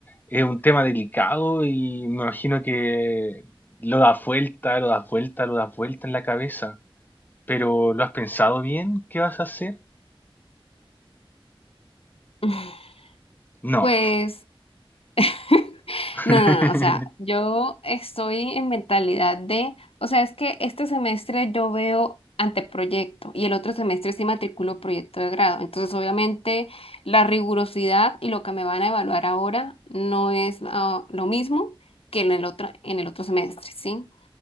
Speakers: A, on the left (about 20°); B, on the left (about 80°).
A: es un tema delicado y me imagino que lo das vuelta, lo das vuelta, lo das vuelta en la cabeza. Pero ¿lo has pensado bien? ¿Qué vas a hacer?
B: <sighs>
A: No.
B: pues <laughs>
A: <laughs>
B: No, no, no, o sea, yo estoy en mentalidad de, o sea, es que este semestre yo veo anteproyecto y el otro semestre sí matriculo proyecto de grado. Entonces, obviamente, la rigurosidad y lo que me van a evaluar ahora no es ah, lo mismo que en el otro, en el otro semestre, ¿sí?